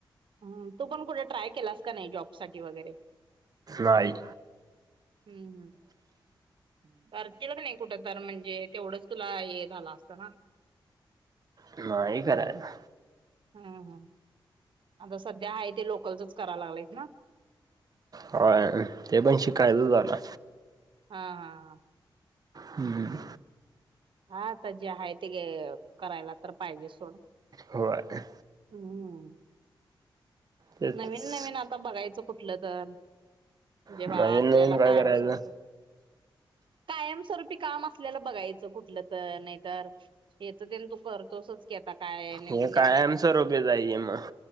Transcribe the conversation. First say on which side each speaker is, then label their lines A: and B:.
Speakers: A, on the right; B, on the right.
A: हं तू पण कुठे ट्राय केलास का नाही जॉब साठी वगैरे?
B: नाई.
A: हम्, करतील क नई कुटं तर म्हणजे तेवढंच तुला हे झालं असता ना.
B: नाही करायला.
A: हम्म ह आता सध्या हा ते लोकलचच करा लागलात ना.
B: होय ते पण शिकायचच जाणार.
A: हा हा हा.
B: हम्म.
A: हां त जे हाय ते ग करायला तर पाहिजे सोड.
B: होय.
A: हम्म
B: तेच
A: नवीन नवीन आता बघायचं. कुठलं तर म्हणजे
B: नवीन
A: बाबा आपल्याला
B: नवीन काय
A: कायम
B: करायचं
A: स्वरूपी. कायमस्वरूपी काम असल्यालं बघायचं कुट् म्हटल तर नाही तर हे तू करतोसच. काय नवीन
B: हे
A: नवीन
B: कायमच
A: आता बघ
B: रोबी जाईे मग.